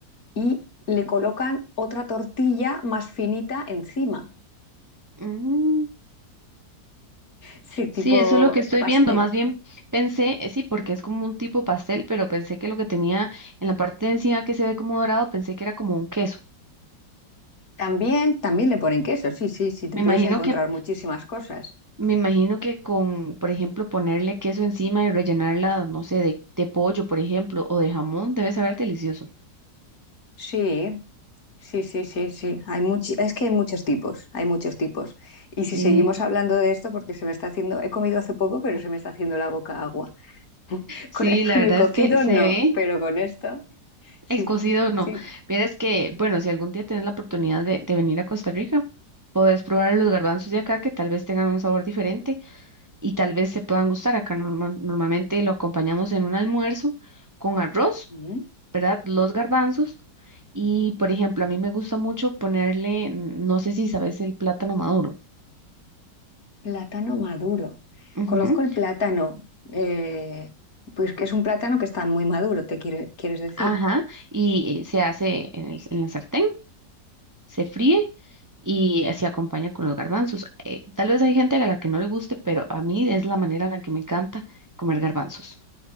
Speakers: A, on the left; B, on the right.
A: y le colocan otra tortilla más finita encima,
B: Mm,
A: sí, tipo
B: Sí, eso es lo que estoy
A: pastel.
B: viendo. Más bien pensé, eh, sí, porque es como un tipo pastel, pero pensé que lo que tenía en la parte de encima que se ve como dorado, pensé que era como un queso.
A: También, también le ponen queso, sí, sí, sí, te
B: Me
A: puedes
B: imagino
A: encontrar
B: que,
A: muchísimas cosas.
B: me imagino que con, por ejemplo, ponerle queso encima y rellenarla, no sé, de, de pollo, por ejemplo, o de jamón, debe saber delicioso.
A: Sí, sí, sí, sí, sí. Hay much- Es que hay muchos tipos, hay muchos tipos. Y
B: Sí.
A: si seguimos hablando de esto, porque se me está haciendo, he comido hace poco, pero se me está haciendo la boca agua. <laughs>
B: Sí,
A: Con el, con
B: la verdad
A: el cocido
B: es que se
A: no,
B: ve
A: pero con esto sí,
B: el cocido, no.
A: sí.
B: Vieras que, bueno, si algún día tienes la oportunidad de, de venir a Costa Rica, podés probar los garbanzos de acá que tal vez tengan un sabor diferente y tal vez se puedan gustar. Acá norma- normalmente lo acompañamos en un almuerzo con arroz,
A: Mm,
B: ¿verdad? Los garbanzos. Y, por ejemplo, a mí me gusta mucho ponerle, mm, no sé si sabes, el plátano maduro.
A: Plátano maduro.
B: Ujú,
A: Conozco el plátano, eh, pues que es un plátano que está muy maduro, te quiere- quieres decir.
B: Ajá, y eh, se hace en el, en la sartén. se fríe y se acompaña con los garbanzos. Eh, tal vez hay gente a la que no le guste, pero a mí es la manera en la que me encanta comer garbanzos.